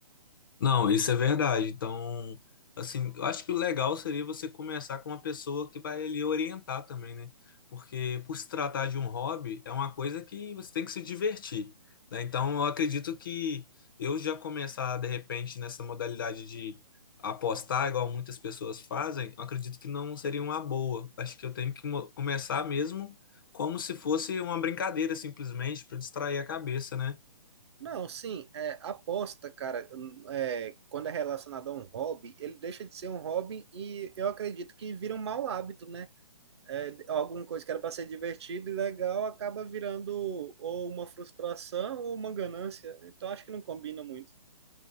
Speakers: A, on the left; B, on the right.
A: Não, isso é verdade. Então, assim, eu acho que o legal seria você começar com uma pessoa que vai lhe orientar também, né? Porque por se tratar de um hobby, é uma coisa que você tem que se divertir, né? Então, eu acredito que eu já começar de repente nessa modalidade de apostar, igual muitas pessoas fazem, eu acredito que não seria uma boa. Acho que eu tenho que mo- começar mesmo como se fosse uma brincadeira, simplesmente, para distrair a cabeça, né?
B: Não, sim, é, aposta, cara, hum, é, quando é relacionado a um hobby, ele deixa de ser um hobby e eu acredito que vira um mau hábito, né? é, alguma coisa que era para ser divertido e legal acaba virando ou uma frustração ou uma ganância. Então acho que não combina muito.